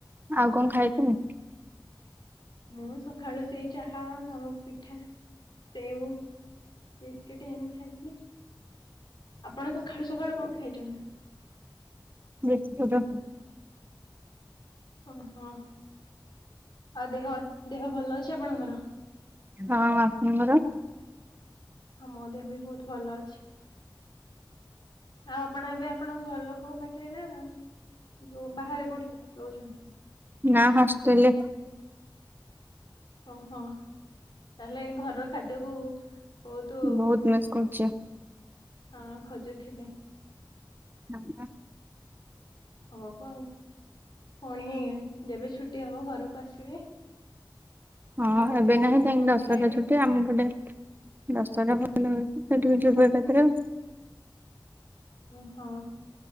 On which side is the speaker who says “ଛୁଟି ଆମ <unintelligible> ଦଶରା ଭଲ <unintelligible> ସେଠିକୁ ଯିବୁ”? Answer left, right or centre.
Right